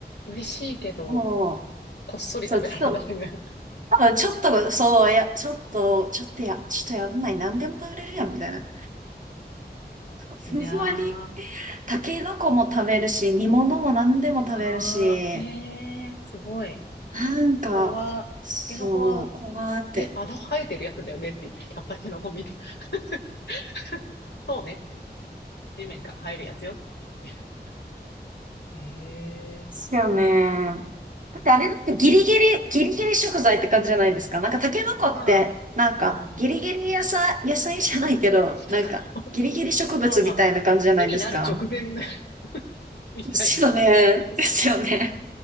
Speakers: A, on the left; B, on the right.
A: 嬉しいけど、
B: もう、
A: こっそり食べられないね。
B: そう、ちょっと、多分ちょっと、そう、いや、ちょっと、ちょっとや、ちょっとやんない、何でも食べれるやん、みたいな。ふんわり、
A: <laughs> いやー、
B: タケノコも食べるし、煮物も何でも食べるし、
A: あー、えー、すごい。
B: なんか、
A: タケノコは、タケノコは、
B: そう、こうやって。
A: え、あの生えてるやつだよねって言ってた、タケノコ見て。<laughs> そうねって。地面から生えるやつよって言って。え
B: ですよね。だってあれだってギリギリ、
A: ー、う
B: ギリギリ食材って感じじゃないですか。なんかタケノコって、
A: ん、まあ、
B: なんかギリギリ野菜、
A: うん。
B: 野菜じゃないけど、
A: <laughs>
B: なんかギリギリ植物みたいな感じじゃないですか。
A: まあまあ、木になる直前 <laughs> みたいな。
B: ですよね。
A: <laughs> そう。
B: ですよね。